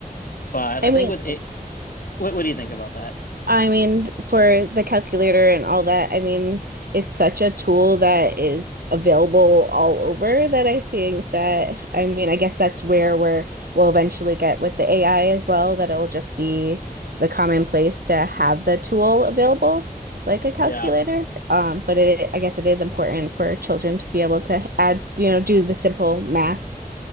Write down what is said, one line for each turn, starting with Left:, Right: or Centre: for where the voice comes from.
Left: But
Right: I
Left: I
Right: mean,
Left: think with it, what what do you think about that?
Right: I mean, for the calculator and all that, I mean, it's such a tool that is available all over that I think that, I mean, I guess that's where we're, we'll eventually get with the AI as well, that it'll just be the commonplace to have the tool available, like a calculator.
Left: Yeah.
Right: Um, but it, I guess it is important for children to be able to add, you know, do the simple math.